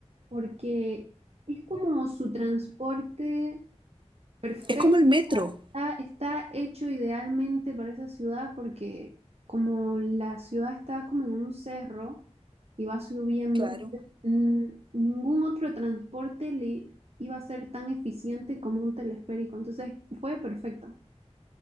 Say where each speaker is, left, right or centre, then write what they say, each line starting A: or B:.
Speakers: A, on the right; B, on the right.
A: porque es como su transporte perfecto
B: es como el metro,
A: Está, está hecho idealmente para esa ciudad porque como la ciudad está como en un cerro y va subiendo,
B: claro,
A: entonces, mm, ningún otro transporte le iba a ser tan eficiente como un teleférico. Entonces fue perfecto.